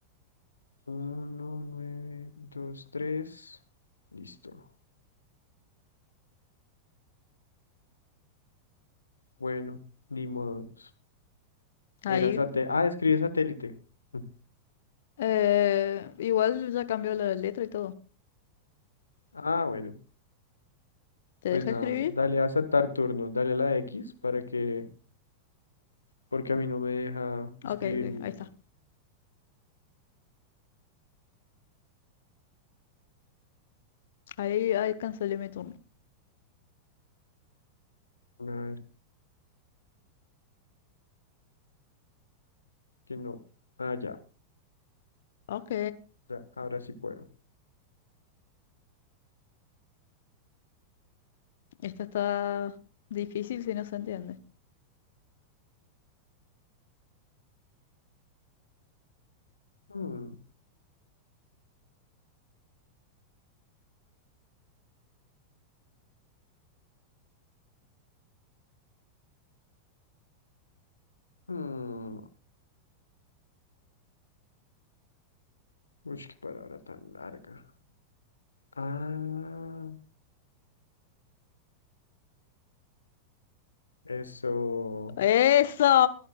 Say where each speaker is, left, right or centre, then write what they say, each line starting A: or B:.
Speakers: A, on the left (about 80°); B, on the left (about 60°).
A: Uno, nueve, dos, tres. Listo. Bueno, ni modos.
B: Ahí.
A: Era satélite. Ah, escribe satélite. <laughs>
B: eh, igual ya cambió la letra y todo.
A: Ah, bueno,
B: ¿Te
A: pues
B: deja
A: nada,
B: escribir?
A: dale a saltar turno, dale a la X para que, porque a mí no me deja escribir
B: Ok, ok,
A: ni
B: ahí
A: nada.
B: está. Ahí, ahí cancelé mi turno.
A: A ver, que no. Ah, ya,
B: Ok,
A: ya, ahora sí puedo.
B: esta está difícil si no se entiende.
A: Hmm, hmm. Uy, qué palabra tan larga. Ah, eso.
B: ¡Eso!